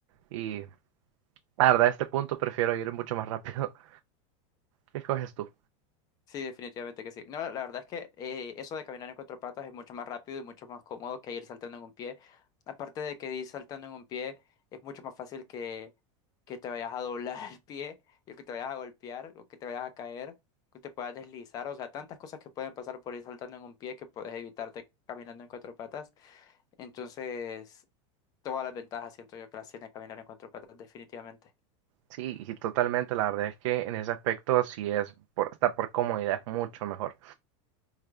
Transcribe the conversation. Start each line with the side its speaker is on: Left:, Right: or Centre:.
Right: Y la verdad, a este punto prefiero ir mucho más rápido. <laughs> ¿Qué escoges tú?
Left: Sí, definitivamente que sí. No, la verdad es que eh, eso de caminar en cuatro patas es mucho más rápido y mucho más cómodo que ir saltando en un pie. Aparte de que ir saltando en un pie es mucho más fácil que, que te vayas a doblar <laughs> el pie y que te vayas a golpear o que te vayas a caer, que te puedas deslizar. O sea, tantas cosas que pueden pasar por ir saltando en un pie que puedes evitarte caminando en cuatro patas. Entonces, todas las ventajas siento yo que las tiene caminar en cuatro patas, definitivamente.
Right: Sí, y totalmente, la verdad es que en ese aspecto sí es, por, hasta por comodidad, es mucho mejor.